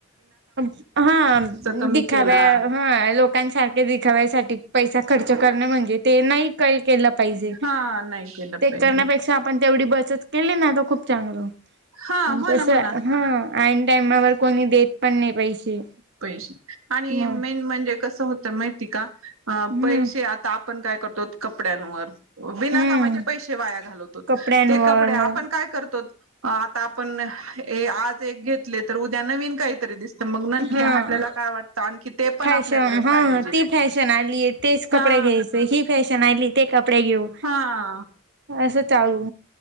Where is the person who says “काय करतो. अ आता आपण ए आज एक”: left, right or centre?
Right